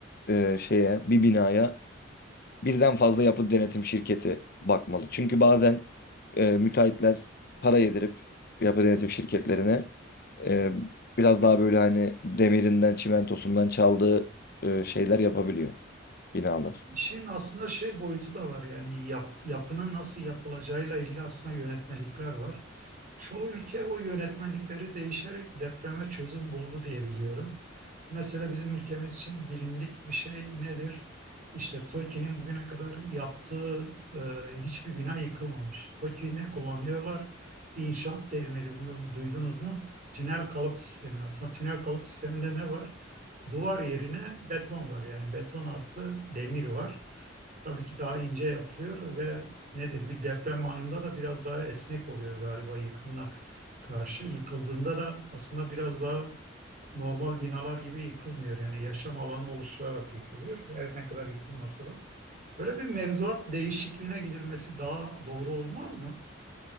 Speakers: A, on the left (about 50°); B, on the right (about 45°).
A: e, şeye, bir binaya birden fazla yapı denetim şirketi bakmalı. Çünkü bazen e, müteahhitler para yedirip yapı denetim şirketlerine e, biraz daha böyle hani demirinden, çimentosundan çaldığı e, şeyler yapabiliyor binalar.
B: İşin aslında şey boyutu da var yani yap, yapının nasıl yapılacağıyla ilgili aslında yönetmelikler var. Çoğu ülke o yönetmelikleri değişerek depreme çözüm buldu diye biliyorum. Mesela bizim ülkemiz için bilindik bir şey nedir? İşte TOKİ'nin bugüne kadar yaptığı e, hiçbir bina yıkılmamış. TOKİ ne kullanıyorlar? Bir inşaat terimi bilmiyorum duydunuz mu? Tünel kalıp sistemi. Aslında tünel kalıp sisteminde ne var? Duvar yerine beton var. Yani beton artı demir var. Tabii ki daha ince yapılıyor ve nedir bir deprem anında da biraz daha esnek oluyor galiba yıkımına karşı. Yıkıldığında da aslında biraz daha normal binalar gibi yıkılmıyor. Yani yaşam alanı oluşturarak yıkılıyor. Her ne kadar yıkılmasa da. Böyle bir mevzuat değişikliğine gidilmesi daha doğru olmaz mı?